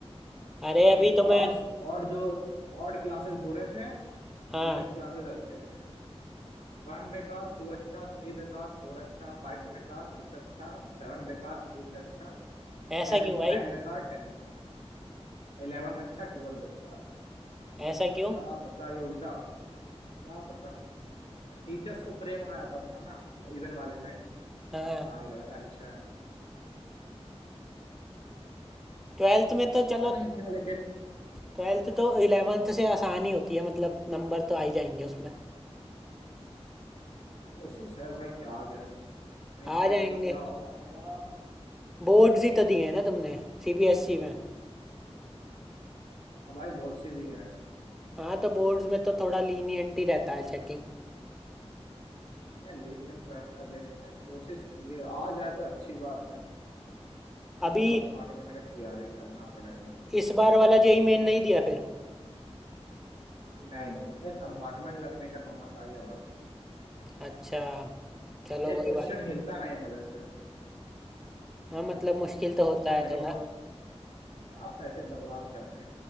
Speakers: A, in the centre; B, on the left.
A: अरे अभी
B: एक
A: तो
B: ऑड
A: मैं
B: ऑड जो ऑड क्लासेस बुरे थे
A: हाँ
B: इवन क्लासेस अच्छे थे वन बेकार टू अच्छा थ्री बेकार फोर अच्छा फाइव बेकार सिक्स अच्छा सेवन बेकार एट अच्छा
A: ऐसा
B: टेन
A: क्यों भाई
B: नाइन बेकार टेन अच्छा इलेवन अच्छा ट्वेल्व बेकार
A: ऐसा क्यों
B: क्या पता ये उल्टा क्या पता टीचर्स को प्रेम आ जाता था ना इवन वाले में
A: हाँ
B: हाँ ये लड़का अच्छा है
A: ट्वेल्थ में तो
B: पता
A: चलो
B: नहीं क्यों लेकिन
A: ट्वेल्थ तो इलेवेंथ से आसान ही होती है मतलब नंबर तो आ ही जाएंगे उसमें
B: कोशिश है भाई कि आ जाए नहीं
A: आ
B: आएगा
A: जाएंगे
B: तो क्या होगा मेरा
A: बोर्ड्स ही तो दिए हैं ना तुमने सीबीएसई में
B: हाँ भाई बहुत सी दिए हैं
A: हाँ तो बोर्ड्स में तो थोड़ा लीनियंट ही रहता है चेकिंग
B: ये lenient रहता है देखते हैं कोशिश की है। आ जाए तो अच्छी बात है ये
A: अभी
B: तो कंपार्टमेंट का तैयारी करना पड़ेगा
A: इस बार वाला जेई मेन नहीं दिया फिर
B: नहीं नहीं ये कंपार्टमेंट लगने का नौबत आ गया बट
A: अच्छा चलो
B: ये
A: कोई
B: क्वेश्चन
A: बात नहीं
B: हिलता नहीं मेरे से
A: हाँ मतलब मुश्किल
B: इससे
A: तो होता
B: अच्छा
A: है
B: नहीं
A: थोड़ा
B: दो क्या पैसे बर्बाद करने